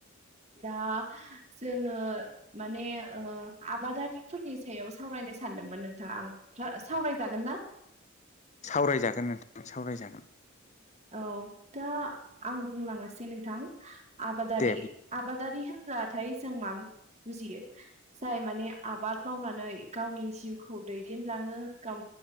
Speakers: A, on the right; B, on the left.
A: दा जोङो माने आबादारिफोरनि सायाव सावरायनो सानदोंमोन नोंथाङा आं सावरायजागोन ना?
B: सावरायजागोन नोंथां सावरायजागोन
A: औ दा आं बुंलांनोसै नोंथां। आबादारि
B: दे
A: आबादारि ब्लाथाय जों मा बुजियो जाय माने आबाद मावनानै गावनि जिउखौ दैदेनलाङो गाव